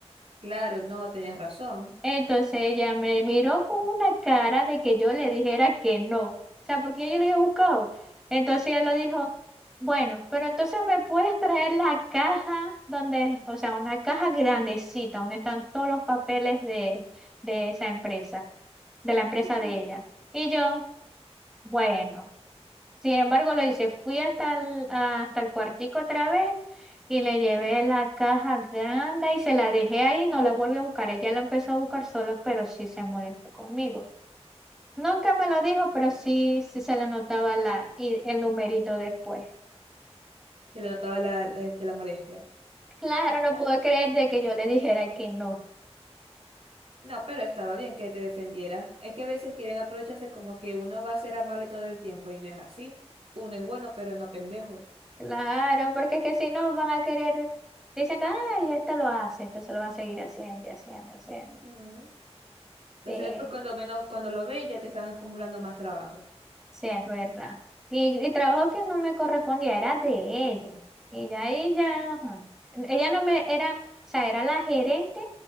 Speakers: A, on the right (about 65°); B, in the centre.
A: Claro, no, tenías razón.
B: Entonces ella me miró con una cara de que yo le dijera que no, o sea, porque ya yo lo había buscado. Entonces ella lo dijo, bueno, pero entonces me puedes traer la caja donde, o sea, una caja grandecita donde están todos los papeles de, de esa empresa, de la empresa
A: <laughs>
B: de ella. Y yo, bueno. Sin embargo, lo hice, fui hasta el, hasta el cuartico otra vez y le llevé la caja grande y se la dejé ahí, no la volví a buscar. Ella la empezó a buscar sola, pero sí se molestó conmigo. Nunca me lo dijo, pero sí, sí se le notaba la, y el numerito después.
A: Se le notaba la, la- este, la molestia.
B: Claro,
A: Na-
B: no puedo creer de que yo le dijera que no.
A: No, pero estaba bien que te defendiera. Es que a veces quieren aprovecharse como que uno va a ser amable todo el tiempo y no es así. Uno es bueno, pero no pendejo.
B: Claro, porque es que si no van a querer, dicen, ay, esto lo hace, entonces lo van a seguir haciendo y haciendo, y haciendo.
A: Ujú. Entonces
B: Sí.
A: después cuando menos, cuando lo veis ya te están acumulando más trabajo.
B: Sí, es verdad. Y, y trabajo que no me correspondía, era de ella. Y ya ella, ajá. Ella no me era, o sea, era la gerente,